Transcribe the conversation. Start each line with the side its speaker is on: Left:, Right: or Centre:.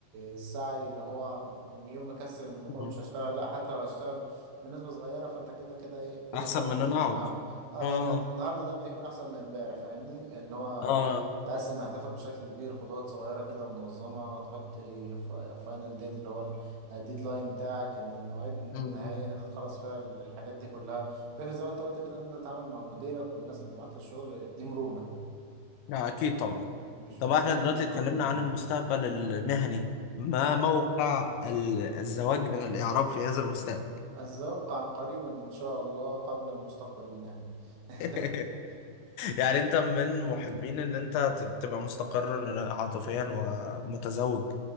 Right: السعي اللي هو يوم مكسل نقول
Left: مم.
Right: مش هشتغل لا حتى لو هشتغل بنسبة صغيرة فانت كده كده ايه في
Left: احسن
Right: تطور
Left: من ان انا
Right: يعني
Left: اقعد
Right: اه اه
Left: اه
Right: يعني النهارده دايما يكون احسن من امبارح فاهمني ان هو
Left: اه
Right: تقسم أهدافك بشكل كبير خطوات صغيرة كده ومنظمة تحط فاينل ديت اللي هو الديدلاين بتاعك إن مواعيد نهائية
Left: مم.
Right: إن أنت تخلص فيها ال- الحاجات دي كلها فاكر زي ما أنت قلت كده إن أنت تتعامل مع مديرك والناس اللي معاك في الشغل دي مرونة
Left: لا اكيد طبعا
Right: مش
Left: طب
Right: كل
Left: احنا
Right: حد
Left: دلوقتي
Right: بيكون
Left: اتكلمنا
Right: عنده مرونة
Left: عن المستقبل المهني ما
Right: مم.
Left: موقع ال- الزواج من الاعراب في هذا المستقبل
Right: أتوقع عن قريبا إن شاء الله قبل المستقبل المهني <laughs>
Left: <laughs> يعني انت من محبين ان انت ت- تبقى مستقر عاطفيا ومتزوج